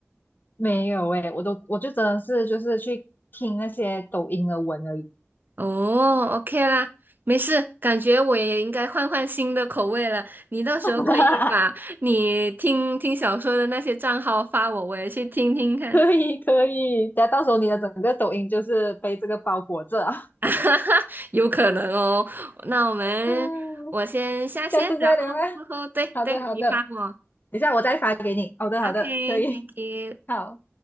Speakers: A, on the left (about 40°); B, on the right (about 45°).
A: 没有诶，我都我就真的是就是去听那些抖音的文而已。
B: 哦，OK 啦，没事，感觉我也应该换换新的口味了。你到时候可以把你听听小说的那些账号发我，
A: <laughs>
B: 我也去听听看，
A: 可以可以，等下到时候你的整个抖音就是被这个包裹着啊。
B: <laughs> 有可能哦。那我们我先下线，
A: <laughs> 嗯，下次再聊啊。
B: 然后过后对对，
A: 好的，好的，
B: 你发我
A: 等一下我再发给你。好的，好的，
B: ，OK，Thank
A: 可以，
B: you。
A: 好。